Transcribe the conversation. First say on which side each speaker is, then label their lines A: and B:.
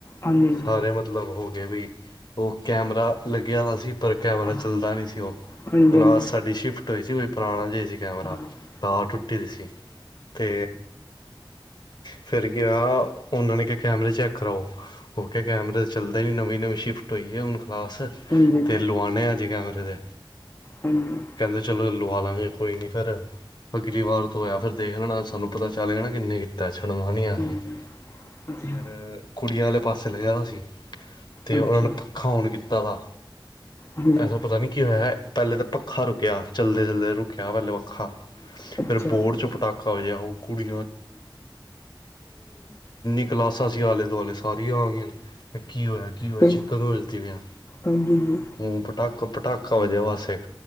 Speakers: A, on the left; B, on the left.
A: ਹਾਂਜੀ ਹਾਂਜੀ
B: ਸਾਰੇ ਮਤਲਬ ਹੋ ਗਏ ਵੀ ਉਹ ਕੈਮਰਾ ਲੱਗਿਆ ਤਾਂ ਸੀ। ਪਰ ਕੈਮਰਾ
A: ਹਾਂ
B: ਚੱਲਦਾ ਨਹੀਂ ਸੀ ਉਹ
A: ਹਾਂਜੀ ਹੂੰ
B: ਕਲਾਸ ਸਾਡੀ ਸ਼ਿਫਟ ਹੋਈ ਸੀ ਕੋਈ ਪੁਰਾਣਾ ਜੇ। ਕੈਮਰਾ
A: ਹਾਂਜੀ
B: ਤਾਰ ਟੁੱਟੀ ਦੀ ਸੀ। ਅਤੇ ਫਿਰ ਕੀ ਹੋਇਆ ਉਹਨਾਂ ਨੇ ਕਿਹਾ ਕੈਮਰੇ ਚੈੱਕ ਕਰਾਓ। ਉਹ ਕੇ ਕੈਮਰੇ ਤਾਂ ਚਲਦੇ ਨੀ ਨਵੇਂ ਨਵੇਂ ਸ਼ਿਫਟ ਹੋਏ ਹੁਣ ਕਲਾਸ
A: ਹਾਂਜੀ
B: ਤੇ ਲਿਆਣੇ ਆ ਅੱਜ ਕੈਮਰੇ।
A: ਹੂੰ
B: ਕਹਿੰਦੇ ਚਲੋ ਲਆ ਲਵਾਂਗੇ ਕੋਈ ਨਹੀਂ ਫਿਰ। ਅਗਲੀ ਵਾਰ ਤੋਂ ਹੋਇਆ ਫਿਰ ਦੇਖ ਲਣਾ ਸਾਨੂੰ ਪਤਾ ਚੱਲ ਜਾਣਾ ਕਿੰਨੇ ਕਿ ਕੀਤਾ ਚ। ਸੁਣਵਾਨੀਆਂਸੀ
A: ਹੂੰ
B: ਸੀ
A: ਹਾਂਜੀ
B: ਫਿਰ ਕੁੜੀ ਵਾਲੇ ਪਾਸੇ ਲੱਗਿਆ ਸੀ। ਤੇ
A: ਅੱਛਾ
B: ਉਹਨਾਂ ਨੇ ਪੱਖਾ ੳਨ ਕੀਤਾ ਤਾ
A: ਹਾਂਜੀ
B: ਐਸਾ ਪਤਾ ਨਹੀਂ ਕੀ ਹੋਇਆ ਹੈ। ਪਹਿਲੇ ਤਾਂ ਪੱਖਾ ਰੁਕਿਆ ਚਲਦੇ ਚਲਦੇ ਰੁਕਿਆ ਪਹਿਲਲੇ ਪੱਖਾ
A: ਅੱਛਾ
B: ਫਿਰ ਬੋਰਡ ਚੌ ਪਟਾਕਾ। ਕੁੀ ਕ <unintelligible> ਸ ਅਸੀਂ ਆਲੇ ਦੁਆਲੇ ਸਾਰ ਆ ਗਏ ਨੇ ਕੀ ਹੋਇਆ ਕੀ ਹੋਇਆ
A: ਤੇ
B: ਚੀਕਾਂ ਕਿਉ ਵਜਦੀ ਪਿਆ।
A: ਹਾਂਜੀ ਜੀ
B: ਹਮ ਪਟਾਕਾ ਪਟਾਕਾ ਹੋਜ ਵਾਸ ਏਕ।